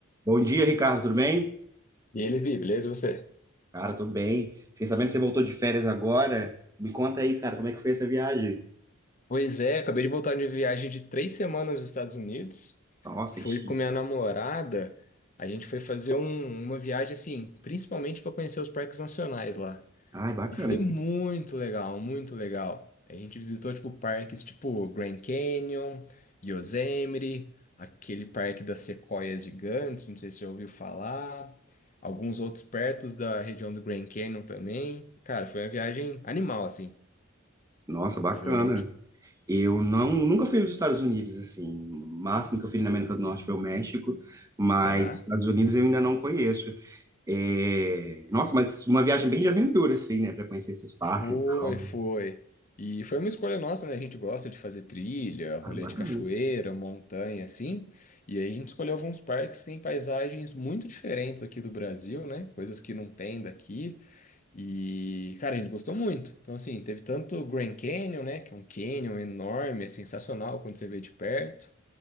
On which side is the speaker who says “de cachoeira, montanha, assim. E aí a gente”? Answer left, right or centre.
Left